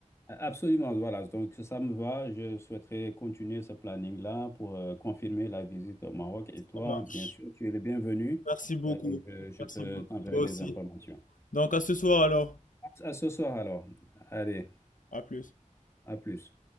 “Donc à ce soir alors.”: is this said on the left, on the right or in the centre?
Left